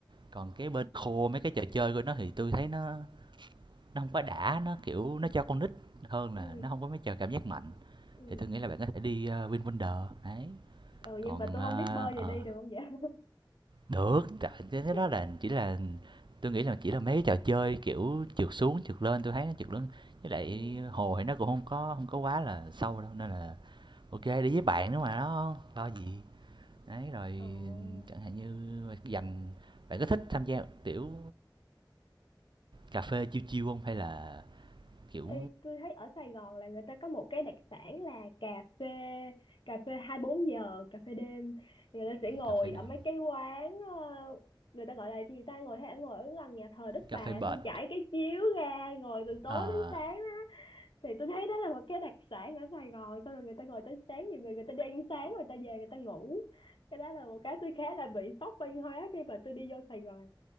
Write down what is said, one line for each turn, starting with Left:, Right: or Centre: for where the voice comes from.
Right: còn cái bên khô mấy cái trò chơi của nó thì tôi thấy nó Nó không có đã, nó, kiểu, nó cho con nít hơn
Left: Ừ.
Right: là nó không có mấy trò cảm giác mạnh,
Left: Ừ.
Right: thì tôi nghĩ là bạn có thể đi, ơ, VinWonders, đấy.
Left: Ừ
Right: Còn,
Left: nhưng mà tôi
Right: ơ,
Left: không biết bơi giờ
Right: ờ,
Left: đi được không vậy?
Right: được, cái cái
Left: <laughs>
Right: đó là chỉ là tôi nghĩ là chỉ là mấy trò chơi, kiểu, trượt xuống, trượt lên, tôi thấy nó trượt lên với lại
Left: Ừ.
Right: hồ thì nó cũng không có không có quá là sâu đâu, nên là ok đi với bạn nữa mà, nó Lo gì. Đấy, rồi
Left: Ồ.
Right: chẳng hạn như dành bạn có thích tham gia, kiểu, cà phê chill chill không hay là, kiểu,
Left: Ê, tôi thấy ở Sài Gòn là người ta có một cái đặc sản là cà phê, cà phê 24 giờ, cà phê đêm. Người ta sẽ ngồi
Right: cà phê
Left: ở
Right: đêm,
Left: mấy cái quán ờ, người ta gọi là gì ta ngồi hay ngồi ở gần nhà thờ Đức
Right: cà
Left: Bà
Right: phê bệt?
Left: xong trải cái chiếu ra ngồi từ tối
Right: Ờ,
Left: đến sáng thì tôi thấy đó là một cái đặc sản ở Sài Gòn xong rồi người ta ngồi tới sáng nhiều người người ta đi ăn sáng người ta về người ta ngủ cái đó là một cái tôi khá là bị sốc văn hóa khi mà tôi đi vô Sài Gòn